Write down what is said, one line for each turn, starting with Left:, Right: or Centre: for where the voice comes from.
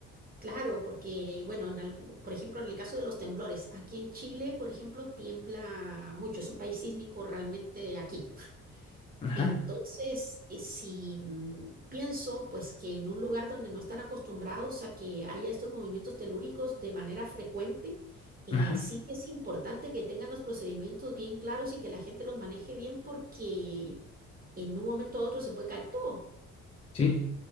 Right: Claro, porque, bueno, en al- por ejemplo, en el caso de los temblores, aquí en Chile, por ejemplo, tiembla mucho, es un país sísmico realmente aquí.
Left: Ajá,
Right: Entonces, eh, si mm, pienso, pues que en un lugar donde no están acostumbrados a que haya estos movimientos telúricos de manera frecuente, eh,
Left: ajá,
Right: sí que es importante que tengan los procedimientos bien claros y que la gente los maneje bien porque en un momento a otro se puede caer todo.
Left: sí,